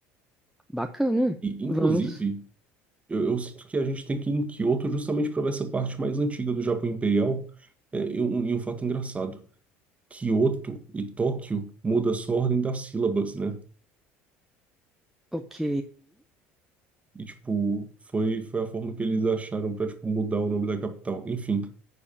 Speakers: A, in the centre; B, on the right.
A: Bacana.
B: E, inclusive,
A: Vamos.
B: eu, eu sinto que a gente tem que ir em Kyoto justamente para ver essa parte mais antiga do Japão Imperial. É, e, um, e um fato engraçado: Kyoto e Tóquio muda só a ordem das sílabas, né?
A: Ok.
B: E, tipo, foi, foi a forma que eles acharam para, tipo, mudar o nome da capital. Enfim.